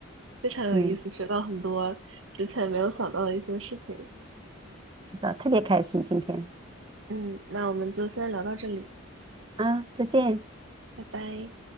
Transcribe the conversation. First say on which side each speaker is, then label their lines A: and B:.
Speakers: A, on the right (about 70°); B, on the right (about 25°).
A: 非常有意思，
B: 嗯，
A: 学到很多之前没有想到的一些事情。
B: 是的，特别开心今天
A: 嗯，那我们就先聊到这里，
B: 啊，再见。
A: 拜拜。